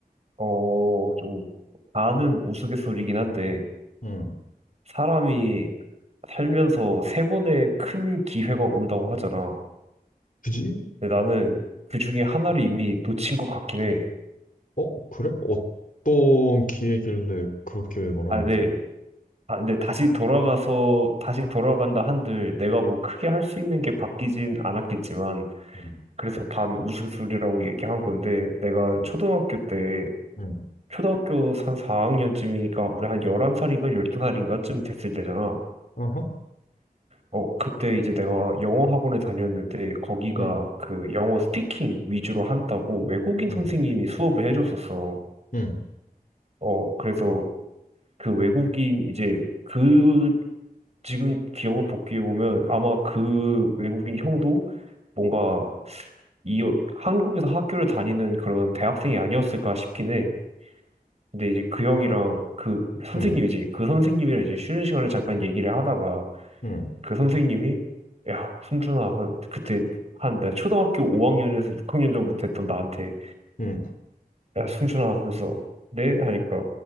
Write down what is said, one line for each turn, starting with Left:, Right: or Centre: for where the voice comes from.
Right: 어, 좀, 반은 우스갯소리긴 한데,
Left: 응.
Right: 사람이 살면서 세 번의 큰 기회가 온다고 하잖아.
Left: 굳이?
Right: 근데 나는 그 중에 하나를 이미 놓친 것 같긴 해.
Left: 어, 그래? 어떤 기회길래 그렇게 말하는
Right: 아,
Left: 거지?
Right: 근데, 아, 근데 다시 돌아가서, 다시 돌아간다 한들, 내가 뭐 크게 할 수 있는 게 바뀌진 않았겠지만,
Left: 음,
Right: 그래서 반 우스갯소리라고 얘기한 건데, 내가
Left: 음,
Right: 초등학교 때,
Left: 음.
Right: 초등학교 한 4학년쯤이니까 우리 한 11살인가 12살인가쯤 됐을 때잖아.
Left: 아하,
Right: 어, 그때 이제 내가 영어 학원에 다녔는데 거기가
Left: 음,
Right: 그 영어 스피킹 위주로 한다고 외국인
Left: 음,
Right: 선생님이 수업을 해줬었어.
Left: 음,
Right: 어, 그래서 그 외국인 이제 그 지금 기억을 복귀해 보면 아마 그 외국인 형도 뭔가 이 한국에서 학교를 다니는 그런 대학생이 아니었을까 싶긴 해. 근데 이제 그 형이랑 그 선생님이지.
Left: 음,
Right: 그 선생님이랑 이제 쉬는 시간에 잠깐 얘기를 하다가
Left: 음,
Right: 그 선생님이 야, 승준아, 한- 그때 한 내가 초등학교 5학년에서 6학년 정도 됐던 나한테
Left: 음.
Right: 야, 승준아 하면서 네? 하니까